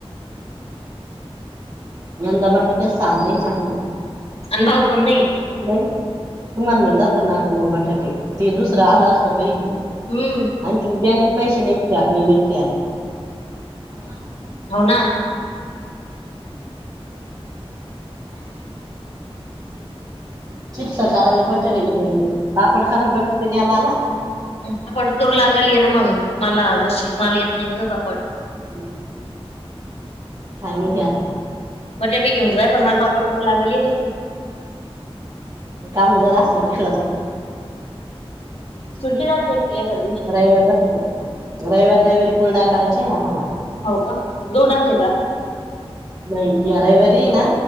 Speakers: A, on the right; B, on the left.
A: यंदा बटाटे साल नई चांगल.
B: आणि भाऊ
A: नई,
B: पण नाही
A: तुम्हाला म्हणल व्हतं ना. बटाटे ते दुसरं आलं असतं काही बी,
B: हम्म
A: आणखीन बियाणे के पैसे नई त्याक नई मिटत्या <inaudible>
B: हाव ना.
A: चिप्स कराले बटाटे ये पापड करले बटाटे देन आला.
B: पापड करू लागालीय ना मंग मला जशी मला येत नाही ग पापड.
A: <inaudible> काय माहिती आता.
B: बटाटे घेऊन जाय पण मला पापड करू लागलेत आसी.
A: काम जर असतं तिकड त. रयवारी
B: सुट्टी राहत नाही तुला एखाद दिवशी
A: रहती का ब, रविवारी - रविवारी कुल नाय करायचे आम्हाला.
B: हाव का? गहू टाकले का?
A: नाही, या रविवारी ये ना